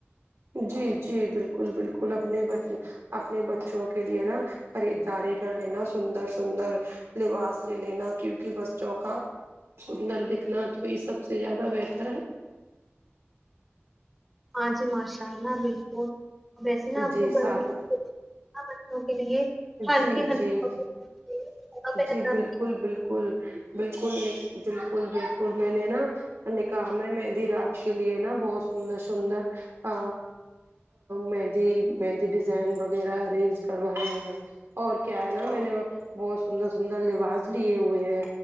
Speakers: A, on the right; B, in the centre.
A: جی جی بلکل بلکل اپنے بت اپنے بچوں کے لیے نا خریدداری کر لینا سندر سندر لباز لے لینا کیونکہ بچوں کا سندر دکھنا تو یہ سب سب سے زیادہ بہتر ہے
B: ہاں جی ماشاء اللہ بالکل ویسے نا آپ
A: جی
B: کو گھر
A: ساتھ
B: بھی بچوں کے لیے ہلکی
A: جی
B: ہلکے
A: جی
B: کپڑے پہننا بہتر.
A: جی بالکل بالکل بالکل بالکل بالکل میں نے نا نکاح میں ہے مہندی رات کے لیے نا بہت سندر سندر ا مہندی مہندی ڈیزائن وغیرہ ارینج کروائی ہے اور کیا ہے نا میں نے بہت سندر سندر لباس لیے ہوئے ہیں